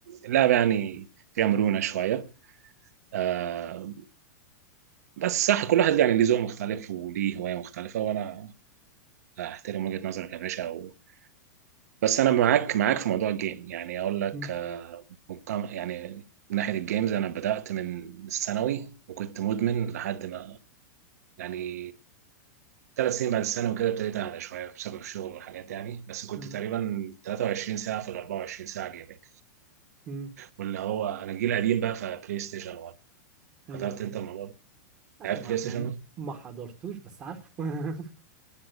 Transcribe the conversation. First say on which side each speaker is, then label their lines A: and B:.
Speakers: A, on the right; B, on the right.
A: اللعبة يعني فيها مرونة شوية آه بس صح كل واحد يعني ليه ذوق مختلف وليه هواية مختلفة وأنا احترم وجهة نظرك يا باشا و... بس انا معاك معاك في موضوع الجيم يعني اقول لك
B: مم.
A: آه، ممكن- يعني من ناحية الجيمز انا بدأت من الثانوي وكنت مدمن لحد ما يعني ثلاث سنين بعد الثانوي كده ابتديت اهدى شوية بسبب الشغل والحاجات دي يعني بس كنت
B: آه.
A: تقريبا 23 ساعة في ال 24 ساعة جيمنج
B: مم.
A: واللي هو انا جيل قديم بقى فبلاي ستيشن 1
B: ايوه
A: حضرت
B: ايوه
A: انت الموضوع ده
B: آه،
A: لعبت
B: ما
A: بلاي ستيشن 1
B: ما حضرتوش بس عارفه <laughs>